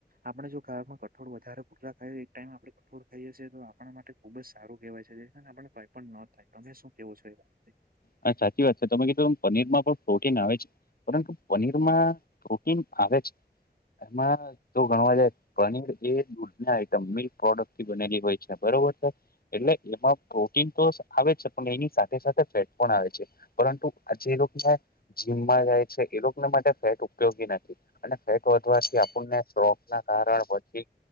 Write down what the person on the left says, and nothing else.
હા સાચી વાત છે તમે કીધું એમ પનીરમાં પણ પ્રોટીન આવે છે. પરંતુ પનીરમાં પ્રોટીન આવે છે એમાં તો ઘણવા જાય પનીર એ દૂધ ના આઈટમ મિલ્ક પ્રોડક્ટ થી બનેલી હોય છે બરોબર છે. એટલે એમાં પ્રોટીન તો આવે છે પણ એની સાથે સાથે ફેટ પણ આવે છે. પરંતુ આ જે લોકોને જીમમાં જાય છે એ લોકોને માટે ફેટ ઉપયોગી નથી. અને ફેટ વધવાથી આપુનને સ્ટોક ના કારણ પછી